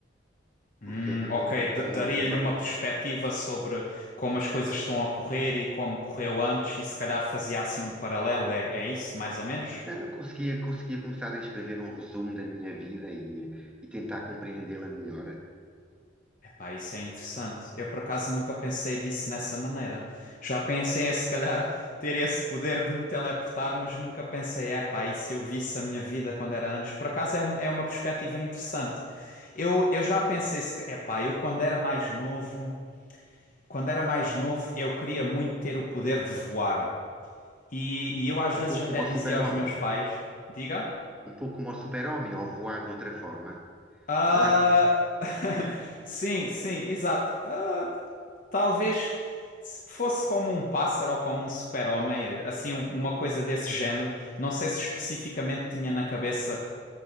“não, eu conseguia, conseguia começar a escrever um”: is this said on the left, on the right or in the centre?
Centre